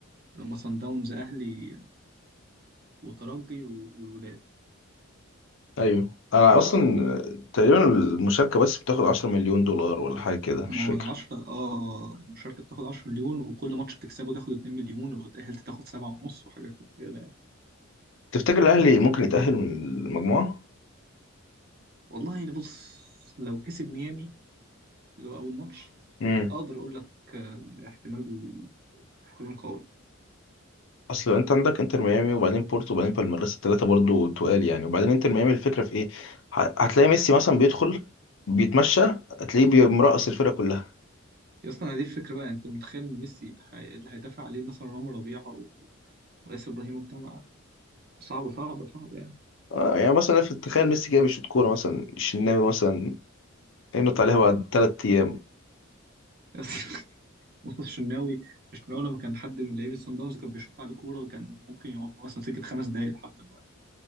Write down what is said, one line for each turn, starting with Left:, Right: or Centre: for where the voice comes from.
Right: اللي هم صن داونز اهلي وترجي و- والوداد
Left: ايوه انا اصلا تقريبا المشاركه بس بتاخد 10 مليون دولار ولا حاجه كده مش
Right: ما هو
Left: فاكر
Right: العشرة اه المشاركة بتاخد 10 مليون وكل ماتش بتكسبه تاخد 2 مليون ولو اتأهلت تاخد سبعة ونص وحاجة كده
Left: تفتكر الاهلي ممكن يتاهل من المجموعه
Right: والله اللي بص لو كسب ميامي اللي هو اول ماتش
Left: امم
Right: اقدر اقول لك آه، احتمال احتمال قوي
Left: اصل انت عندك انتر ميامي وبعدين بورتو وبعدين بالميراس الثلاثه برضو تقال يعني وبعدين انتر ميامي الفكره في ايه ه- هتلاقي ميسي مثلا بيدخل بيتمشى هتلاقيه بي- مرقص الفرقه كلها
Right: يا اسطى انا دي الفكره بقى انت متخيل ان ميسي هي- اللي هيدافع عليه مثلا رامي ربيعه و... وياسر ابراهيم وبتاع ما- صعب صعب صعب يعني
Left: آه يعني مثلا في- تخيل ميسي جاي بيشوط كوره مثلا الشناوي مثلا ينط عليها بعد ثلاث ايام
Right: <laughs> مصطفى الشناوي الشناوي لما كان حد من لعيبه صن داونز كان بيشوط عليه كوره كان ممكن يقعد مثلا سكه خمس دقايق لحد ما